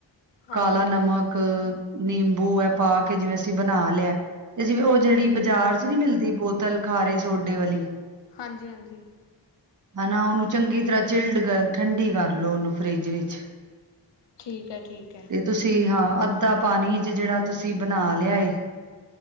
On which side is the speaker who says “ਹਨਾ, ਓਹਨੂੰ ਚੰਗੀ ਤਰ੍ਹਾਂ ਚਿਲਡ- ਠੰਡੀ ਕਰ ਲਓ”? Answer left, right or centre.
Right